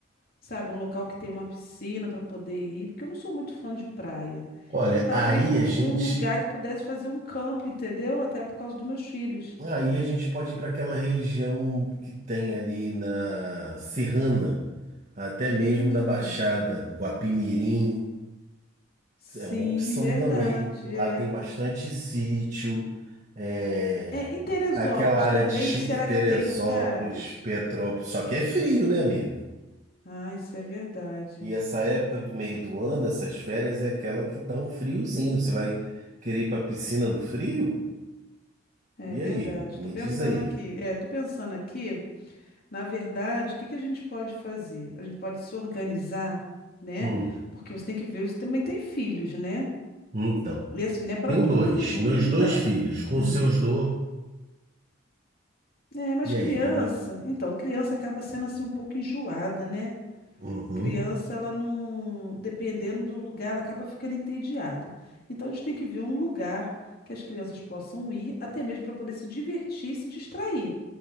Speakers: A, on the left; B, on the right.
A: sabe? Um local que tenha uma piscina para poder ir, porque eu não sou muito fã de praia.
B: Olha,
A: E talvez
B: aí
A: um,
B: a gente.
A: um lugar que pudesse fazer um campo, entendeu? Até por causa dos meus filhos.
B: Aí a gente pode ir para aquela região que tem ali na Serrana, até
A: Hum,
B: mesmo da Baixada, Guapimirim.
A: sim,
B: É uma opção
A: verdade.
B: também, que lá
A: É,
B: tem bastante sítio, é,
A: é, em Teresópolis
B: aquela área
A: também,
B: de Chi-
A: será
B: Teresópolis,
A: que tem lugares?
B: Petrópolis, só que é frio, né, amiga?
A: Ah, isso é verdade.
B: E essa época do meio do ano, essas férias, é aquela que dá um friozinho. Você vai querer ir pra piscina no frio?
A: É
B: E
A: verdade.
B: aí? Me
A: Tô pensando
B: diz aí.
A: aqui. É, tô pensando aqui. Na verdade, o que que a gente pode fazer? A gente pode se organizar, né?
B: Hum,
A: Porque você tem que ver, você também tem filhos, né?
B: então,
A: E assim, não é para
B: tenho
A: todo
B: dois,
A: lugar.
B: meus
A: Então,
B: dois filhos, com
A: hum.
B: seus dois.
A: É, mas
B: E
A: criança,
B: aí, como é?
A: então, criança acaba sendo assim um pouco enjoada, né?
B: Uhum,
A: Criança, ela não, dependendo do lugar, ela acaba ficando entediada. Então, a gente tem que ver um lugar que as crianças possam ir, até mesmo para poder se divertir, e se distrair.